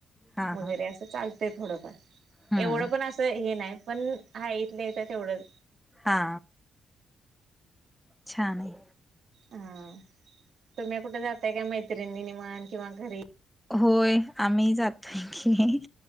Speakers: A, in the centre; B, on the right.
A: हा
B: वगैरे
A: हा
B: असं चालतय थोडंफार.
A: हम्म
B: एवढं पण असं हे नाही पण हा इथल्या इथं तेवढंच.
A: हा. छान आहे.
B: हा, तुम्ही कुठे जाताय का? मैत्रिणी म्हन किंवा घरी
A: होय, आम्ही जातोय की.